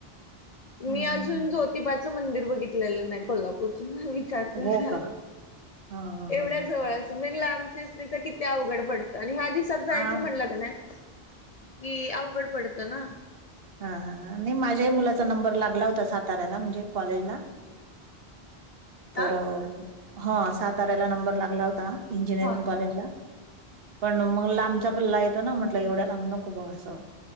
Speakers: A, on the right; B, on the left.
A: हम्म
B: मी अजून ज्योतिबाचं मंदिर बघितलेलं नाही कोल्हापूर. विचार कर
A: हो का हां हां हां
B: एवढ्या जवळ. तुम् लांबचीच नाही तर किती अवघड पडतं आणि ह्या दिवसात जायचं
A: हां
B: म्हणलं का नाही. कि अवघड पडत ना.
A: हा हा आणि माझ्याही मुलाचा नंबर लागला होता साताऱ्याला म्हणजे कॉलेजला. तर
B: आ
A: हा साताऱ्याला नंबर लागला होता. इंजियरिंग
B: हा
A: कॉलेज ला. पण मग लांबचा पल्ला येतो ना म्हटलं एवढ्या लांब नको ब असं.